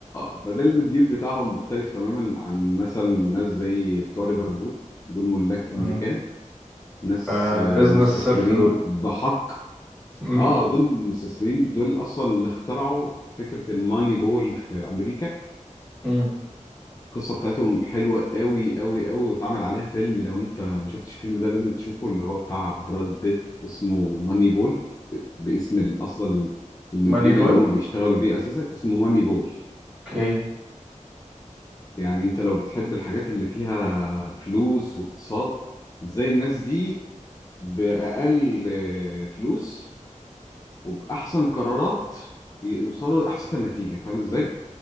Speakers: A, on the left; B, in the centre.
A: آه، فده المديول بتاعهم مختلف تماما عن مثلا ناس زي بتوع ليفربول دول ملاك امريكان
B: مم.
A: ناس
B: فبيزنس
A: آه، مستثمرين
B: صرف دول
A: بحق
B: مم.
A: اه دول مستثمرين دول اصلا اللي اخترعوا فكره الماني بول في امريكا
B: مم.
A: القصة بتاعتهم حلوة قوي قوي قوي واتعمل عليها فيلم لو انت ما شفتش الفيلم ده لازم تشوفه اللي هو بتاع براد بيت اسمه ماني بول باسم ال- اصلا المديول
B: ماني بول
A: اللي هم بيشتغلوا بيه اساسا اسمه ماني بول
B: أوكي
A: يعني انت لو بتحب الحاجات اللي فيها فلوس واقتصاد ازاي الناس دي بأقل آه، فلوس وبأحسن قرارات يوصلوا لأحسن نتيجة فاهم ازاي؟